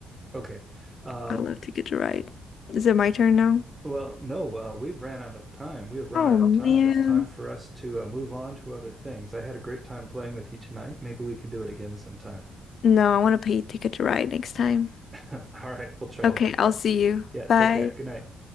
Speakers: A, on the right; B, on the left.
A: Okay. Um,
B: I love Ticket to Ride. Is it my turn now?
A: well, no, uh, we've ran out of time. We have run
B: Oh
A: out
B: man.
A: of time. It's time for us to uh, move on to other things. I had a great time playing with you tonight. Maybe we can do it again sometime.
B: No, I want to play Ticket to Ride next time.
A: <laughs> All right, we'll try
B: Okay,
A: that.
B: I'll see you.
A: Yeah,
B: Bye.
A: take care. Good night.